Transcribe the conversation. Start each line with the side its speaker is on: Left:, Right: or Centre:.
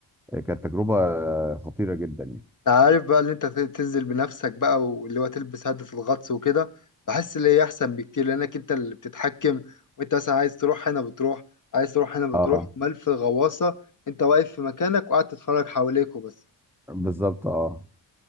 Centre: آه، كانت تجربة آه، خطيرة جدا يعني
Left: أنت عارف بقى اللي أنت ت- تنزل بنفسك بقى واللي هو تلبس هدة الغطس وكده بحس اللي هي أحسن بكتير لأنك أنت اللي بتتحكم وأنت مثلا عايز تروح هنا بتروح عايز تروح هنا بتروح
Centre: اه
Left: أمال في الغواصة أنت واقف في مكانك وقاعد تتفرج حواليك وبس
Centre: بالظبط اه